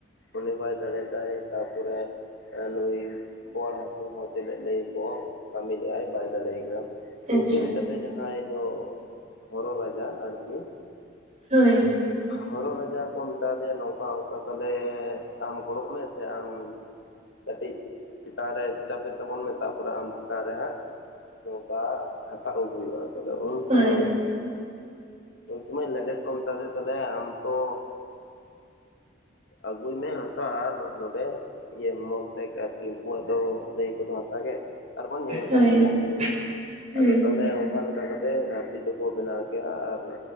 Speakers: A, on the left (about 70°); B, on the right (about 40°).
A: ᱩᱱᱤ ᱵᱟᱭ ᱫᱟᱲᱮᱫᱟᱭ ᱛᱟᱯᱚᱨᱮ ᱱᱩᱭ ᱵᱚᱣᱟᱲ ᱦᱟᱠᱩ ᱦᱚᱸ ᱪᱮᱫ ᱞᱟᱹᱭ ᱟᱠᱚᱣᱟ ᱠᱟᱹᱢᱤ ᱞᱮᱫᱟᱭ ᱵᱟᱭ ᱫᱟᱲᱮᱭᱟᱭ ᱠᱟᱱᱟ᱾
B: ᱟᱪᱪᱷᱟ
A: ᱤᱱᱠᱟᱹ ᱞᱮᱠᱟᱛᱮ ᱡᱟᱦᱟᱸᱭ ᱫᱚ ᱦᱚᱨᱚ ᱨᱟᱡᱟ ᱟᱨᱠᱤ᱾
B: ᱦᱳᱭ᱾
A: ᱦᱚᱨᱚ ᱨᱟᱡᱟ ᱠᱚ ᱢᱮᱛᱟ ᱫᱮᱭᱟ ᱱᱚᱝᱠᱟ ᱚᱝᱠᱟ ᱛᱟᱞᱮ ᱟᱢ ᱜᱚᱲᱚᱜ ᱢᱮ ᱥᱮ ᱟᱢ ᱠᱟᱹᱴᱤᱡ ᱪᱮᱛᱟᱱ ᱨᱮ ᱪᱟᱯᱮᱜ ᱛᱟᱵᱚᱱ ᱢᱮ, ᱛᱟᱯᱚᱨᱮ ᱟᱢ ᱪᱮᱛᱟᱱ ᱨᱮ ᱦᱟᱸᱜ ᱱᱚᱝᱠᱟ ᱦᱟᱥᱟ ᱩᱵ ᱦᱩᱭᱩᱜᱼᱟ ᱛᱟᱦᱚᱞᱮ ᱩᱱ
B: ᱦᱳᱭ
A: ᱥᱚᱢᱚᱭ ᱩᱱ ᱥᱚᱢᱚᱭ ᱞᱮᱸᱰᱮᱛ ᱠᱚ ᱢᱮᱛᱟ ᱫᱮ ᱛᱟᱦᱞᱮ ᱟᱢ ᱛᱚ ᱟᱹᱜᱩᱭ ᱢᱮ ᱦᱟᱥᱟ ᱟᱨ ᱱᱚᱸᱰᱮ <unintelligible> ᱟᱨᱠᱤ ᱩᱱᱠᱩᱣᱟᱜ ᱫᱚ ᱞᱟᱹᱭᱟᱠᱚᱚ ᱛᱚ ᱦᱟᱥᱟ ᱜᱮ᱾ ᱟᱨᱵᱚᱱ ᱧᱮᱞ ᱟᱠᱟᱫ
B: ᱦᱳᱭ
A: ᱜᱮᱭᱟ,
B: ᱦᱩᱸ
A: ᱟᱫᱚ
B: ᱦᱩᱸ
A: ᱛᱟᱦᱞᱮ ᱚᱠᱟ ᱞᱮᱠᱟ ᱠᱟᱛᱮ ᱫᱷᱟᱹᱨᱛᱤ ᱫᱚᱠᱚ ᱵᱮᱱᱟᱣ ᱠᱮᱭᱟ ᱟᱨ